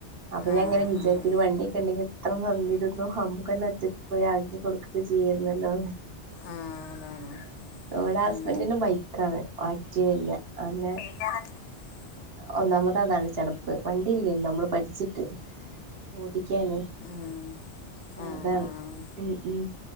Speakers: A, on the right; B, on the left.
A: അപ്പൊ
B: ആഹ്
A: ഞാൻങ്ങനെ വിചാരിച്ചു
B: ആഹ്
A: ഒരു വണ്ടിയൊക്കെ ഉണ്ടെങ്കിൽ എത്ര നന്നിരുന്നു നമ്മുക്ക്ന്നെ ഒറ്റ പോയി ആക്കി കൊടുക്കൊക്കെ ചെയ്യല്ലോല്ലോ
B: ആഹ് അതാണ്
A: പോലെ ഹസ്ബൻറിന്
B: ഉം
A: ബൈക്കണ് ആക്റ്റിവല്ല അതെന്നെ
B: <unintelligible>
A: ഒന്നാമതാണ് ചടപ്പ് വണ്ടി ഇല്ലല്ലോ നമ്മള് പഠിച്ചിട്ട് ഓടിക്കാനേ
B: ഉം ആഹ്
A: അതാണ്
B: ആഹ്
A: ഉം ഉം